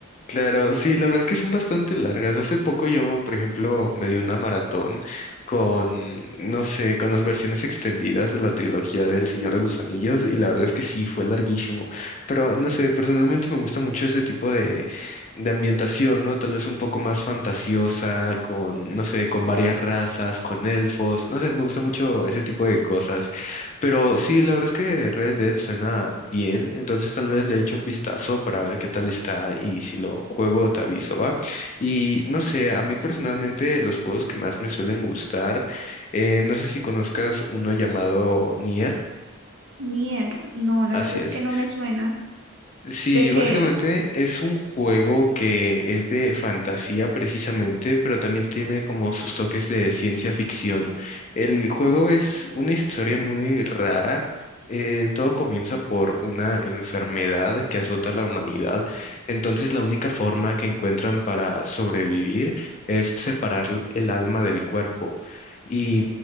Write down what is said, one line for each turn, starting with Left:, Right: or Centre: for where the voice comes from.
Left: Claro, sí, la verdad es que son bastante largas. Hace poco yo, por ejemplo, me di una maratón con, no sé, con las versiones extendidas de la trilogía del Señor
Right: Mm,
Left: de los Anillos y la verdad es que sí, fue larguísimo. Pero, no sé, personalmente me gusta mucho ese tipo de, de ambientación, ¿no? Tal vez un poco más fantasiosa, con, no sé, con varias razas, con elfos, no sé, me gusta mucho ese tipo de cosas. Pero sí, la verdad es que Red Dead suena bien, entonces tal vez le eche un vistazo para ver qué tal está y si lo juego te aviso, ¿va? Y no sé, a mí personalmente los juegos que más me suelen gustar, eh, no sé si conozcas uno llamado Nier,
Right: Nier, no, la
Left: así
Right: verdad es
Left: es.
Right: que no me suena.
Left: Sí,
Right: ¿De qué
Left: básicamente
Right: es?
Left: es un juego que es de fantasía precisamente, pero también tiene como sus toques de ciencia ficción. El juego es una historia muy rara. eh, todo comienza por una enfermedad que azota a la humanidad. Entonces la única forma que encuentran para sobrevivir es separar el alma del cuerpo. Y